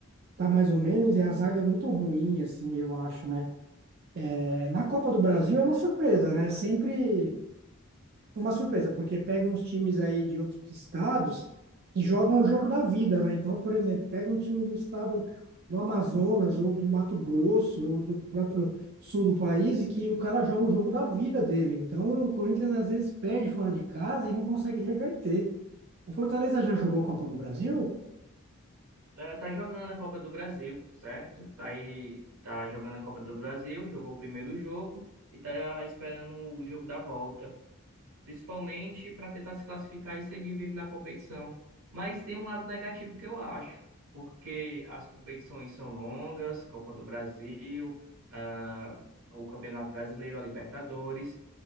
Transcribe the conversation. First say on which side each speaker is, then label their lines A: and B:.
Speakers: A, on the right; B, on the right.
A: tá mais ou menos e a zaga é muito ruim, assim, eu acho, né? É, na Copa do Brasil é uma surpresa, né? Sempre uma surpresa, porque pega uns times aí de outros estados que jogam o jogo da vida, né? Então, por exemplo, pega um time do estado do Amazonas ou do Mato Grosso ou do próprio sul do país e que o cara joga o jogo da vida dele. Então, o Corinthians às vezes perde fora de casa e não consegue reverter. O Fortaleza já jogou Copa do Brasil?
B: Ela tá jogando a Copa do Brasil, certo? Tá aí, tá jogando a Copa do Brasil, jogou o primeiro jogo e tá esperando o jogo da volta, principalmente para tentar se classificar e seguir vivo na competição. Mas tem um lado negativo que eu acho, porque as competições são longas, Copa do Brasil, ah, o Campeonato Brasileiro, a Libertadores,